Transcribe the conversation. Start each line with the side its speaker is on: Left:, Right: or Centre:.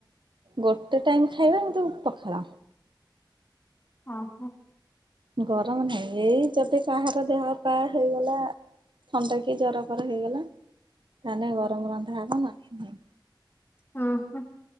Right: ଗୋଟେ ଟାଇମ୍ ଖାଇବା କିନ୍ତୁ ପଖାଳ।
Left: ଓ ହୋ।
Right: ଗରମ ନାହିଁ ଏଇ ଯଦି କାହାର ଦେହ ପା ହେଇଗଲା ଥଣ୍ଡା କି ଜର ଫର ହେଇଗଲା ତାନେ ଗରମ ରନ୍ଧା ହବ ନ ଅ ନେ ନାହିଁ।
Left: ହୁଁ ହଁ